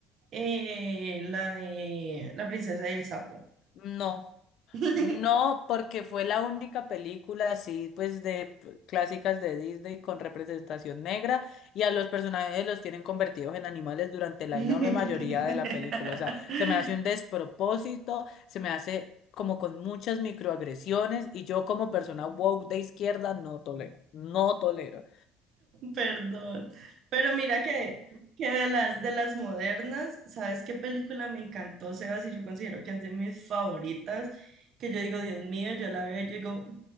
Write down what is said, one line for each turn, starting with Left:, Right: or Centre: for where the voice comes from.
Right: Eh, la de la princesa y el sapo.
Left: No.
Right: <laughs>
Left: No, porque fue la única película así, pues de p- clásicas de Disney con representación negra y a los personajes los tienen convertidos en animales durante la
Right: <laughs>
Left: enorme mayoría de la película. O sea, se me hace un despropósito, se me hace como con muchas microagresiones y yo como persona woke de izquierda no tolero, no tolero.
Right: Perdón. Pero mira que, que de las, de las modernas, ¿sabes qué película me encantó, Sebas? Y yo considero que es de mis favoritas, que yo digo, Dios mío, yo la veo y yo digo,